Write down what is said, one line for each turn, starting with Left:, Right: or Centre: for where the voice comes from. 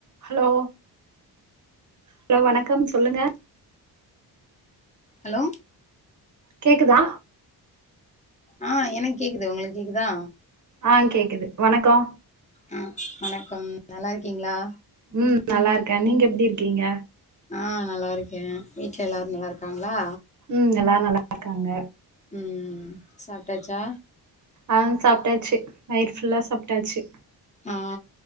Right: Hello hello வணக்கம் சொல்லுங்க
Left: hello
Right: கேக்குதா
Left: ஆ எனக் கேக்குது உங்களுக் கேக்குதா
Right: ஆ கேக்குது வணக்கோ
Left: ஆ வணக்கம் நல்லா இருக்கீங்ளா
Right: ம் நல்லா இருக்கே நீங்க எப்டி இருக்கீங்க
Left: ஆ நல்லா இருக்கே வீட்ல எல்லாரு நல்லா இருக்காங்ளா
Right: ம் எல்லாரு நல்லா இருக்காங்க
Left: ம் சாப்டாச்சா
Right: ஆ சாப்ட்டாச்சு வயிர் ஃபுல்லா சாப்ட்டாச்சி
Left: ஆ